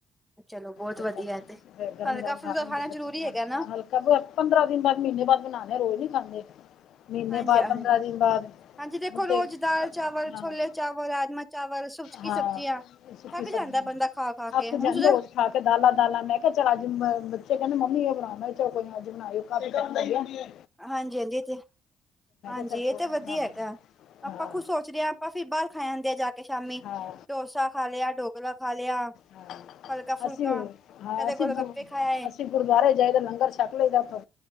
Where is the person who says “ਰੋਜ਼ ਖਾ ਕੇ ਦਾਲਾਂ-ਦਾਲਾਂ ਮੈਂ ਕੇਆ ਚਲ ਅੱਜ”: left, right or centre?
Left